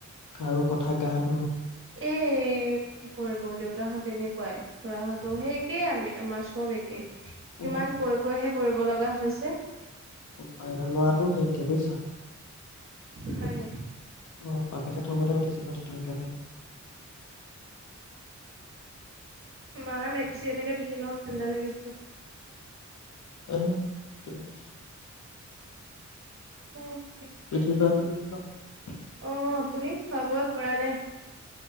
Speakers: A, on the left; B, on the right.
A: কাৰো কথা গাত
B: এ কি কৰিব দেউতাহঁত তেনেকুৱাই খুৰাহঁতো সেই একেই আমি আমাৰ চব একে
A: অ
B: কিমান কৈ কৈ হে কৰিব লগা হৈছে
A: পাইৰা ল'ৰাটো সে একে বুজিছা <unintelligible>
B: হয় নেকি
A: অ বাপেকে থবতে উঠিছে কথাটো একেবাৰে
B: মাৰ মেক্সি এটাকে পিন্ধি লওঁ ঠাণ্ডা লাগিছে।
A: অ ঠ আ <unintelligible> <unintelligible>
B: অ
A: <unintelligible>
B: পিটি আছে অ আপুনি খোৱা বোৱা কৰা নাই।